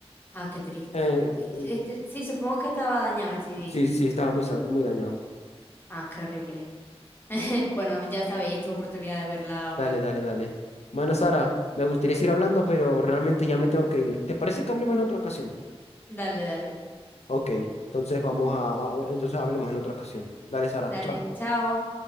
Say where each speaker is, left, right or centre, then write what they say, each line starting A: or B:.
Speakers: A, on the left; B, on the left.
A: Ah, qué triste.
B: Eh,
A: Eh,
B: eh,
A: Este, sí, supongo que estaba dañado el C D
B: sí, sí, estaba muy, sa- muy dañado.
A: Ah, qué horrible. <laughs> Bueno, ya sabéis, tu oportunidad de verla ahora.
B: Dale, dale, dale. Bueno, Sara, me gustaría seguir hablando, pero realmente ya me tengo que ir. ¿Te parece que hablemos en otra ocasión?
A: Dale, dale.
B: Ok, entonces vamos a, a- entonces hablemos en otra ocasión. Dale, Sara,
A: Dale,
B: chao.
A: chao.